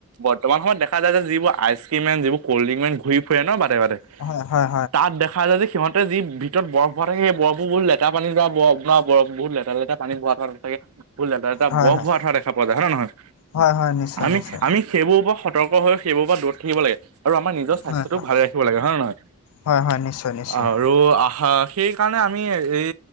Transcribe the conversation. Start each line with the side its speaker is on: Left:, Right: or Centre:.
Right: বৰ্তমান সময়ত ত যিবোৰ আইচক্ৰীম মান যিবোৰ কল্ড্ৰং মান ঘৰি ফুৰে ন বা বাতে বাতে
Left: হয় হয়
Right: তাত দেখা যায় যে সিহঁতে যি ভিত ভিতত বৰফ হোৱা থাকে সেই বফ বুত লেৰা পানী য বফ বৰ বহুত লেৰা লেতেৰা পানী বোৱা ধাকে ব এটা
Left: হয়
Right: বৰ
Left: হয়
Right: বৰফ ঠোৱা দেখা পোৱা যায় হয় নহয়,
Left: হয় হয় নিশ্চয়
Right: আমি
Left: নিশ্চয়
Right: আমি সেইবোৰ ওপৰত সতৰ্ক হৈ সেইবোৰৰ পৰা দূৰত থাকিব লাগে। আৰু আমাৰ নিজৰ স্বাস্থ্যটো
Left: হয় হয়
Right: ভালে ৰাখিব লাগে হয় নে নহয়?
Left: হয় হয় নিশ্চয় নিশ্চয়
Right: আৰু সেইকাৰণে আমি এই